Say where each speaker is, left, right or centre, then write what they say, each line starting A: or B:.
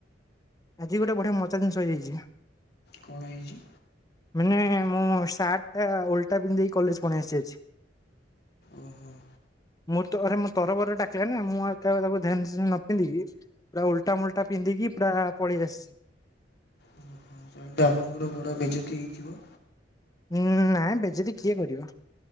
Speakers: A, on the left; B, on the left.
A: ଆଜି ଗୋଟେ ବଢିଆ ମଜା ଜିନ୍ଷ ହେଇଯାଇଚି।
B: କଣ ହେଇଚି?
A: ମାନେ ମୁଁ ସାର୍ଟ୍ ଏ ଓଲଟା ପିନ୍ଧି ଦେଇକି କଲେଜ୍ ପୁଣି ଆସିଚି ଆଜି।
B: ଓହୋ।
A: ମୁଁ ତରେ ମୋ ତରବର ଡାକିଲାନି ମୁଁ ଏ ତାକୁ ଧ୍ୟାନ୍ ସେ ନ ପିନ୍ଧିକି ପୁରା ଉଲଟା ମୋଲ୍ଟା ପିନ୍ଧକି ପୁର ପଳେଆସିଛି।
B: ଓହୋ। ତାହାଲେ ତ ଆପଣଙ୍କର ବଡ଼ ବେଜତି ହେଇଥିବ?
A: ହୁଁ ନାଇଁ ବେଜେତୀ କିଏ କରିବ?